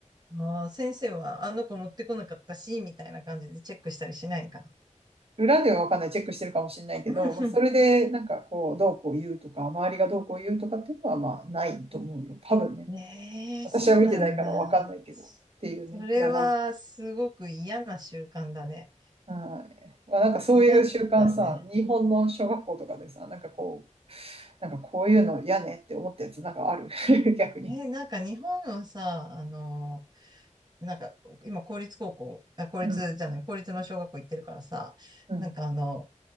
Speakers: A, on the right (about 35°); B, on the right (about 50°).
A: ああ、先生はあの子持ってこなかったし、みたいな感じでチェックしたりしないんか
B: 裏ではわかんない、チェックしてるかもしれないけど、
A: な。うん
B: まあ、それでなんかこう、どうこう言うとか、周りがどうこう言うとかっていうのはまあないと思うよ。多分ね。
A: うん。ねえ、
B: 私は見てないからわかんないけど、
A: そうなんだ。
B: っていうね。
A: それはすごく嫌な習慣だね。
B: いや、なんか、はいまあ、なんかそういう習慣さ、
A: 嫌だね。
B: 日本の小学校とかでさ、なんかこう、なんかこういうの嫌ねって思ったやつなんかある。<laughs> 逆に。
A: えー、なんか日本はさ、あの、なんか、今、公立高校、あ、公立じゃない、
B: うん。
A: 公立の小学校行ってるからさ、
B: うん。
A: なんかあの、